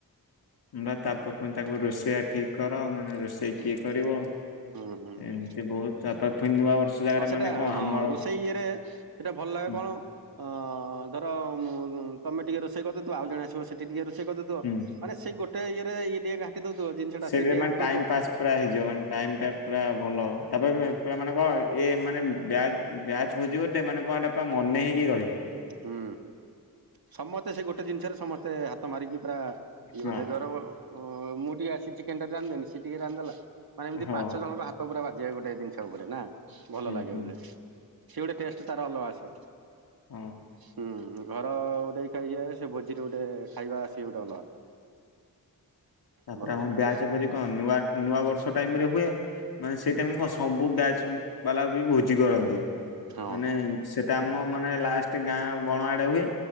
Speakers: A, on the left; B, on the right.
A: ବା ତାପରେ ପୁଣି ତାକୁ ରୋଷେଇଆ ଠିକ୍ କର ମାନେ ରୋଷେଇ
B: ହୁଁ
A: କିଏ କରିବ?
B: ହୁଁ ହୁଁ ହଁ
A: ଏମିତି ବହୁତ ତାପରେ ପୁଣି ନୂଆ ବର୍ଷ ଜାଗାରେ
B: ହଉ ସେଟା
A: ମାନେ କଣ
B: ହଁ
A: ଆମର
B: ରୋଷେଇ ଇଏରେ ସେଇଟା ଭଲ ଲାଗେ
A: ହୁଁ
B: କଣ ଅ ଧର ତମେ ଟିକେ ରୋଷେଇ କରୁଥିବ ଆଉ ଜଣେ ଆସିବ ସେଠି ଟିକେ ରୋଷେଇ କରିଦଉଥିବ
A: ହୁଁ।
B: ମାନେ ସେଇ ଗୋଟେ ଇଏ ରେ ଟିକେ ଘାଣ୍ଟି ଦଉଥିବ ଜିନିଟା
A: ସେଇଠି
B: ସେ ଟିକେ
A: ମାନେ
B: ଘାଣ୍ଟି ଦୋଊଥିବ।
A: ଟାଇମ ପାସ୍ ପୁରା ହେଇଯିବ ମାନେ ଟାଇମ ଟା ପୁରା ଭଲ ତାପ୍ ଏ ପିଲା ମେ କଣ ଏ ମାନେ ବ୍ୟାଜ ବ୍ୟାଜ୍ ଭୋଜିିବ ଗୋଟେ ମାନେ କଣ ଟା ମନେ ହେଇକି ରହିବ।
B: ହୁଁ ସମସ୍ତେ ସେ ଗୋଟେ ଜିନିଷରେ ସମସ୍ତେ ହାତ ମାରିକି ପୁରା ଏ
A: ହଁ
B: ଗୋଟେ ଧର ମୁଁ ଟିକେ ଆସି ଚିକେନ୍ ଟା ରାନ୍ଧି ଦେବୀ ସେ ଟିକେ ରାନ୍ଧିଦେଲା। ମାନେ ଏମିତି
A: ହଁ
B: ପାଞ୍ଚ ଜଣଙ୍କ ହାତ ପୁରା ବାଜିବେ ଗୋଟେ ଜିନିଷ ଉପରେ ନା ଭଲ
A: ହୁଁ
B: ଲାଗେ
A: ହୁଁ
B: ବୋଧେ। ସିଏ ଗୋଟେ ଟେଷ୍ଟ ତାର ଅଲଗା ଆସେ।
A: ହୁଁ।
B: ହୁଁ ହୁଁ ଘର ଗୋଟେ ଖାଇ ସେ ଭୋଜି ରେ ଗୋଟେ ଖାଇବା ସିଏ ଗୋଟେ ଅଲଗା।
A: ତାପରେ
B: ଭଲ
A: ଆମ
B: ଲାଗେ।
A: ବ୍ୟାଚ୍ ଭୋଜି କଣ ନୂଆ ନୂଆ ବର୍ଷ ଟାଇମ୍ ରେ ହୁଏ। ମାନେ ସେଇ ଟାଇମ୍ କଣ ସବୁ ବ୍ୟାଚ୍ ବାଲା ବି ଭୋଜି କରନ୍ତି
B: ହଁ
A: ମାନେ ସେ ଆମ ମାନେ ଲାଷ୍ଟ ଗାଁ ବଣ ଆଡେ ହୁଏ।